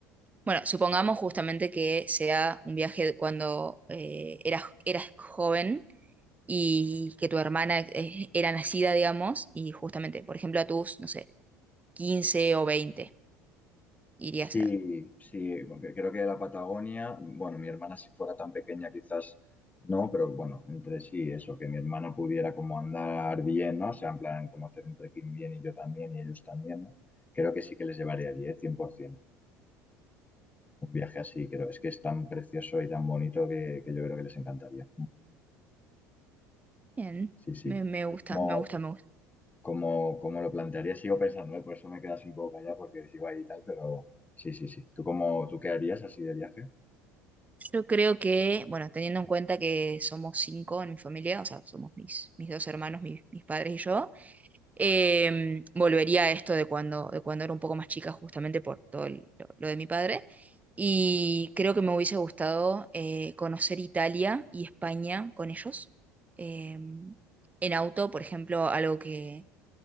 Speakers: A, on the right; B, on the left.
A: Bueno, supongamos justamente que sea un viaje cuando eh, eras, eras joven y que tu hermana eh, era nacida, digamos, y justamente, por ejemplo, a tus, no sé, 15 o 20 irías
B: Sí,
A: a...
B: sí, porque creo que la Patagonia, bueno, mi hermana si fuera tan pequeña quizás no, pero bueno, entre sí, eso, que mi hermana pudiera como andar bien, ¿no? O sea, en plan, como hacer un trekking bien y yo también y ellos también, ¿no? Creo que sí que les llevaría allí, ¿eh? cien por 100%. Un viaje así, creo. Es que es tan precioso y tan bonito que, que yo creo que les encantaría.
A: Bien,
B: Sí, sí.
A: me, me gusta,
B: Como,
A: me gusta, me gusta.
B: como, como lo plantearía, sigo pensando, ¿eh? Por eso me quedas un poco callada porque sigo ahí y tal, pero sí, sí, sí. ¿Tú cómo, tú qué harías así de viaje?
A: Yo creo que, bueno, teniendo en cuenta que somos cinco en mi familia, o sea, somos mis, mis dos hermanos, mis, mis padres y yo, Em, volvería a esto de cuando, de cuando era un poco más chica, justamente por todo el- lo, lo de mi padre. Y creo que me hubiese gustado eh, conocer Italia y España con ellos. Em, en auto, por ejemplo, algo que,